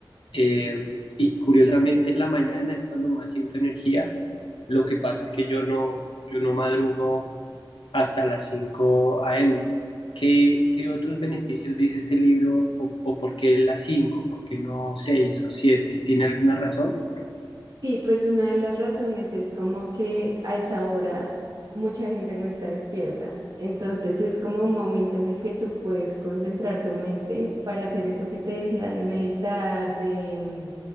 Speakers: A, on the left (about 90°); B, on the right (about 50°).
A: Eh, y curiosamente en la mañana es cuando más siento energía. Lo que pasa es que yo no, yo no madrugo hasta las 5 a.m. ¿Qué, qué otros beneficios dice este libro o, o por qué las 5? ¿Por qué no 6 o 7? ¿Tiene alguna razón?
B: Sí, pues una de las razones es como que a esa hora mucha gente no está despierta. Entonces es como un momento en el que tú puedes concentrar tu mente para hacer eso que te decía de meditar, de, mm,